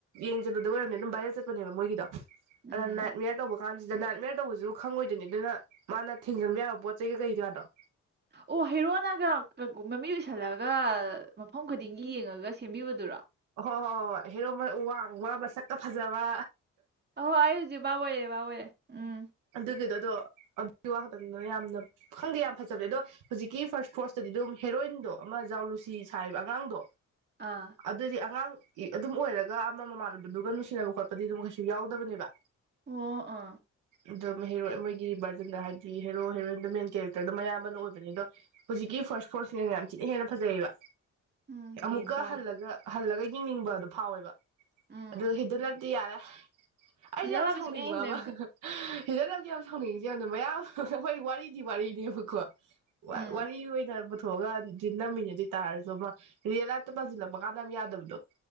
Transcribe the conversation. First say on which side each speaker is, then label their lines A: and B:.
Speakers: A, on the right; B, on the right.
A: ꯌꯦꯡꯖꯜꯂꯨꯗꯕꯩ ꯑꫭꯏꯔꯝꯅꯤ ꯑꯗꯨꯝ ꯚꯥꯏꯔꯦꯜ ꯆꯠꯄ ꯅꯦꯕ ꯃꫭꯏꯒꯤꯗꫭ
B: ꯎꯝ
A: ꯑꯗ ꯅꯥꯠꯏ ꯃꯤꯌ꯭ꯔꯊꯧ ꯀꯥꯟꯁꯤꯗ ꯅꯥꯏꯠ ꯃꯦꯌꯥꯔ ꯇꯧꯕꯁꯨ ꯈꯪꯉꯣꯏꯗꯣꯏꯅꯤ ꯑꯗꯨꯅ ꯃꯥꯅ ꯊꯦꯡꯖꯤꯟꯕ ꯌꯥꯕ ꯄꯣꯠ ꯆꯩ ꯀꯩ ꯀꯥꯗꯣ
B: ꯑꯣ ꯍꯩꯔꯣꯅꯒ <unintelligible> ꯃꯃꯤ ꯎꯥꯏꯁꯜꯂꯒ ꯃꯐꯝ ꯈꯨꯗꯤꯡꯒꯤ ꯌꯦꯡꯉꯒ ꯁꯦꯝꯕꯤꯕꯗꯨꯔꯣ
A: ꯑꯣ ꯍꯣ ꯍꯣꯏ ꯍꯦꯔꯣꯗꯣ ꯋꯥꯡꯕ꯭ꯔꯥ ꯃꯁꯛꯀꯥ ꯖꯕ
B: ꯑ ꯑꯩ ꯍꯧꯖꯤꯛ ꯚꯥꯞ ꯑꫭꯏꯔꯦ ꯚꯥꯞ ꯑꫭꯏꯔꯦ ꯎꯝ
A: ꯑꯗꯨꯒꯤꯗꯣ ꯑꯗꯣ ꯑꯗꯨꯒꯤ ꯋꯥꯈꯛꯇꯗ ꯌꯥꯝꯅ ꯈꯪꯗꯦ ꯌꯥꯝ ꯐꯖꯕꯗ ꯑꯗꯣ ꯍꯧꯖꯤꯛꯀꯤ ꯐꯥꯔꯁ ꯐꯣꯔꯁꯇꯗꯤ ꯑꯗꯨꯝ ꯍꯦꯔꯣꯏꯟꯗꯣ ꯑꯃ ꯖꯥꯎ ꯂꯨꯁꯤ ꯁꯥꯔꯤꯕ ꯑꯉꯥꯡꯗꯣ
B: ꯑꯥ
A: ꯑꯗꯨꯗꯤ ꯑꯉꯥꯡ ꯑꯗꯨꯝ ꯑꯣꯏꯔꯒ ꯑꯃ ꯃꯃꯥꯟꯅꯕꯗꯨꯒ ꯅꯨꯡꯁꯤꯅꯕ ꯈꯣꯠꯄꯗꯤ ꯑꯗꯨꯝ ꯀꯩꯁꯨ ꯌꯥꯎꯗꯕꯅꯦꯕ
B: ꯑꯣ ꯑꯥ
A: ꯑꯗꯨꯝ ꯍꯦꯔꯣꯏ ꯃꯣꯏꯒꯤ ꯚꯔꯖꯟꯗ ꯍꯥꯏꯕꯗꯤ ꯍꯦꯔꯣ ꯍꯦꯔꯣꯏꯟꯗꯣ ꯃꯦꯟ ꯀꯦꯔꯦꯛꯇꯔꯗꯣ ꯃꯌꯥꯝꯕꯅ ꯑꯣꯏꯕꯅꯦ ꯑꯗꯣ ꯍꯧꯖꯤꯛꯀꯤ ꯐꯥꯔꯁ ꯐꯣꯔꯁꯤꯅ ꯌꯥꯝ ꯊꯤꯅ ꯍꯦꯟꯅ ꯐꯖꯩꯌꯦꯕ
B: ꯎꯝ
A: ꯑꯃꯨꯛꯀ
B: ꯌꯦꯡ ꯇꯥꯔꯦ
A: ꯍꯜꯂꯒ ꯍꯜꯂꯒ ꯌꯦꯡꯅꯤꯡꯕ ꯑꯗꯨ ꯐꯥꯎꯋꯦꯕ
B: ꯎꯝ
A: ꯑꯗꯨ ꯍꯤꯗꯜ ꯂꯛꯇꯤ ꯌꯥꯔꯦ ꯑꯩꯁꯦ
B: ꯍꯤꯗꯥꯛ
A: ꯌꯥꯝ
B: ꯂꯥꯕꯤ
A: ꯁꯥꯎꯅꯤꯡꯕ
B: ꯁꯨꯛꯌꯦꯡ ꯌꯦꯡꯗꯕꯅꯦ
A: ꯑꯃ ꯍꯤꯗꯜ ꯂꯞꯗꯤ ꯌꯥꯝ ꯁꯥꯎꯅꯤꯡꯉꯤꯁꯦ ꯌꯥꯝꯗ ꯃꯌꯥꯝ ꯑꯩꯈꯣꯏ ꯋꯥꯔꯤꯗꯤ ꯋꯥꯔꯤꯅꯦꯕꯀꯣ ꯋꯥꯔꯤ
B: ꯎꯝ
A: ꯋꯥꯔꯤ ꯑꯣꯏꯅ ꯄꯨ ꯊꯣꯛꯑꯒꯗꯤ ꯅꯝꯃꯤꯅ ꯑꯗꯨ ꯇꯥꯔꯁꯨ ꯔꯤꯌꯦꯜ ꯂꯥꯏꯐꯇ ꯄꯥꯁꯤꯜꯂꯛꯄ ꯀꯥꯟꯗ ꯑꯝ ꯌꯥꯗꯕꯗꯣ